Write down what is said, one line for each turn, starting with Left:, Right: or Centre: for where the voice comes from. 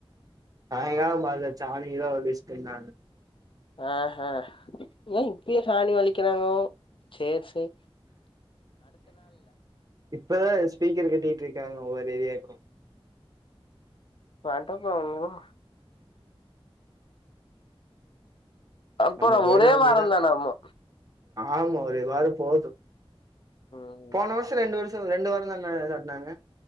Right: சாய்காலோ பாத்தா சாணியதா‌வழிச்சிட்ருந்தாங்க
Left: அஹ ஏ இப்பயே சாணி வலிக்கிறாங்கோ சேர் சேரி
Right: இப்பதா ஸ்பீக்கர் கட்டிட்டு இருக்காங்க ஒவ்வொரு ஏரியாக்கு
Left: வன்ட்டே பா <unintelligible> அப்புறம்
Right: நம்ம கோயில்ல
Left: ஒரே
Right: அப்டிதா
Left: வாரம் தானாமா
Right: ஆமா ஒருவாரோ போது
Left: ம்
Right: போன வர்ஷோ ரெண்டு வர்ஷோ ரெண்டு வாரோ தான்ன சாட்னாங்க